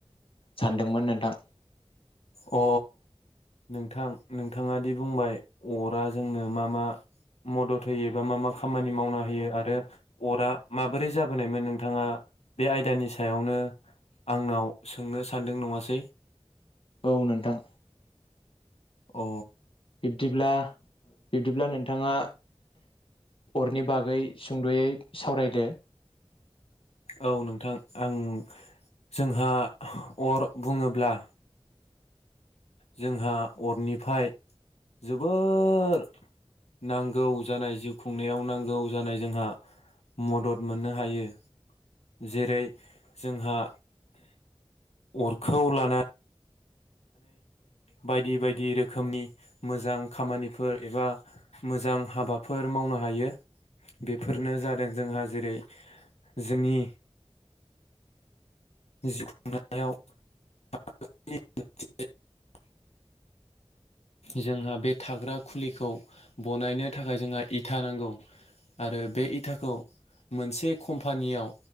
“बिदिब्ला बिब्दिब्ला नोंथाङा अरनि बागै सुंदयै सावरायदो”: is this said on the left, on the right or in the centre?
Left